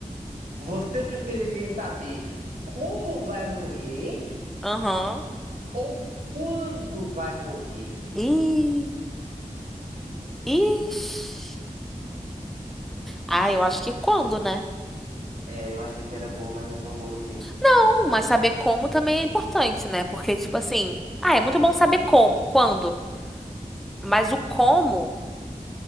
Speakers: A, on the right (about 80°); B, in the centre.
A: você preferiria saber como vai morrer
B: Aham.
A: ou quando vai morrer?
B: Ih, ixi. Ah, eu acho que quando, né?
A: É, eu achei que era boa, mas não é tão boa assim.
B: Não, mas saber como também é importante, né? Porque, tipo assim, ah, é muito bom saber como, quando, mas o como.